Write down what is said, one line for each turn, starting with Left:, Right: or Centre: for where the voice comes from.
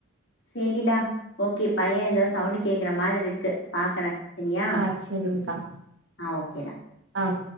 Left: சேரிடா ஓக்கே பைய எந்தோ சவுண்டு கேக்குற மாதிர்ருக்கு பாக்குறே சரியா
Right: அ செரிங்க்கா
Left: ஆ ஓக்கேடா
Right: ஆஹ்